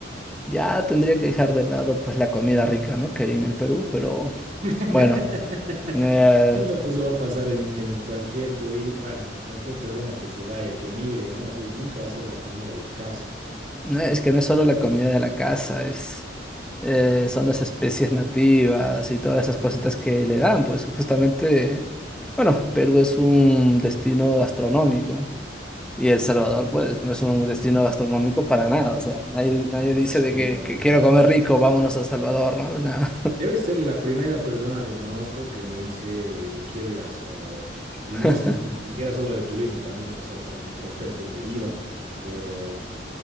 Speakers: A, in the centre; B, on the right (about 40°).
A: Ya tendría que dejar de lado pues la comida rica, ¿no? Que hay en el Perú, pero
B: <laughs>
A: bueno. Eh,
B: Eso, eso va a pasar en, en cualquier turi, bueno, en cualquier persona que se vaya, que migre, ¿no? Así, nunca va a ser la comida de tu casa.
A: No, es que no es solo la comida de la casa, es, eh, son las especies nativas y todas esas cositas que le dan, pues justamente, bueno, Perú es un destino gastronómico y El Salvador, pues, no es un destino gastronómico para nada, o sea, nadie, nadie dice
B: Sí,
A: de que,
B: la
A: que
B: verdad,
A: quiero comer rico, vámonos a El Salvador, ¿no? Nada.
B: Debe ser la primera persona que conozco que me dice, quiero ir a El Salvador. Y
A: <laughs>
B: no si, ni siquiera solo de turismo también, o sea, con prospectos de vida. Pero